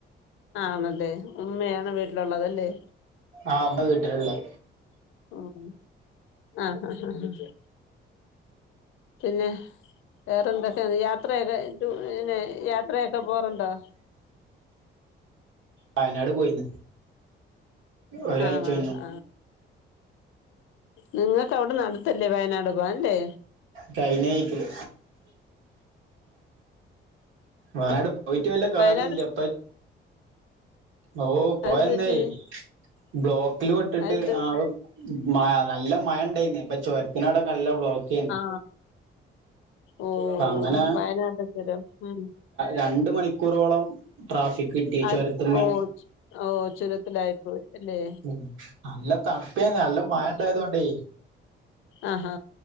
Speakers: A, on the left; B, on the right.
A: ആണല്ലേ ഉമ്മയാണ് വീട്ടിലുള്ളത് അല്ലേ
B: ആഹ് അമ്മ വീട്ടിലുള്ള്
A: ഓഹ് ആഹ് ആഹ് ഹ് പിന്നെ വേറെന്തൊക്കെയ യാത്രയൊക്കെ പിന്നെ യാത്രയൊക്കെ പോറുണ്ടോ
B: വയനാട് പോയിന്ന് ഒരാഴ്ച
A: ആഹ് ആഹ്
B: മുന്നെ
A: ഹാ നിങ്ങക്ക് അവിട്ന്ന് അട്ത്തല്ലേ വയനാട് പോവാൻല്ലേ
B: കയ്ഞ്ഞ വീക്ക്ല് വയനാട് പോയിട്ട് വല്ല കാര്യ
A: വയനാട്
B: ഇല്ല ഇപ്പറ്റ് ഓഹ് പോയന്നെയ്
A: അതെന്ത് പറ്റി
B: ബ്ലോക്കില് പെട്ടിട്ട്
A: അതെന്ത്
B: ആകെ മഴ നല്ല മഴ ഉണ്ടായിന്. അപ്പോ ചോരത്തിന്റെ അവിടെ യൊക്കെ നല്ല ബ്ലോക്കെനും.
A: ആ, ഓ
B: അപ്പ അങ്ങനെ
A: വയനാട് ചുരം ഉം.
B: രണ്ട് മണിക്കൂറോളം. ട്രാഫിക്
A: അ, <unintelligible>
B: കിട്ടി ചുരത്തുമ്മേ
A: ഓ ഓ ചുരത്തിലായിപ്പോയി ല്ലേ.
B: ഉം. നല്ല തണുപ്പേനും. നല്ല മഴണ്ടായത് കൊണ്ടേ.
A: ആഹാ,